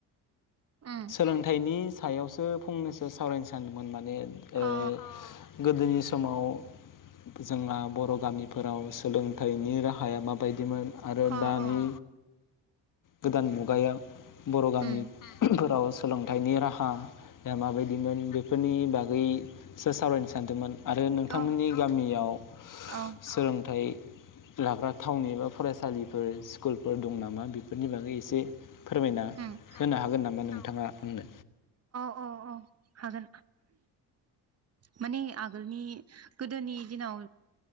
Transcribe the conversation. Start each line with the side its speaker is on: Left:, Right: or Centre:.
Right: उम
Left: सोलोंथाइनि सायावसो फंनैसो सावरायनो सानदोंमोन माने
Right: अ
Left: ओह गोदोनि समाव जोंना बर' गामिफोराव सोलोंथाइनि राहाया माबायदिमोन आरो
Right: अ
Left: दानि
Right: अ
Left: गोदान मुगायाव बर' गामि
Right: उम
Left: फोराव सोलोंथाइनि राहा या माबायदिमोन बेफोरनि बागै सो सावरायनो सानदोंमोन। आरो नोंथांमोननि
Right: औ
Left: गामियाव
Right: औ
Left: सोलोंथाइ लाग्रा थावनि एबा फरायसालिफोर स्कुलफोर दं नामा बेफोरनि बागै एसे फोरमायना
Right: उम
Left: होनो हागोन नामा? बा नोंथाङा बुंदो
Right: अ औ हागोन माने आगोलनि गोदोनि दिनाव